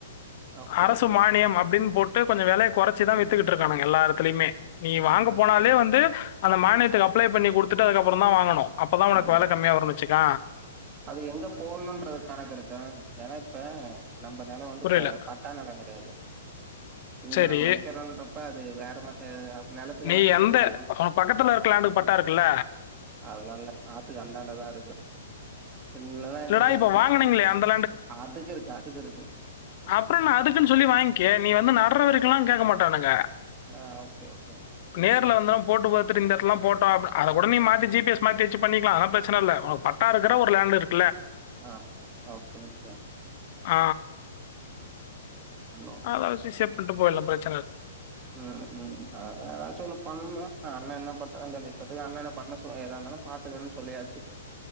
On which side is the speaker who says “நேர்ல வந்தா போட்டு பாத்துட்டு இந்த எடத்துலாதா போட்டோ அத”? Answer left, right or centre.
Left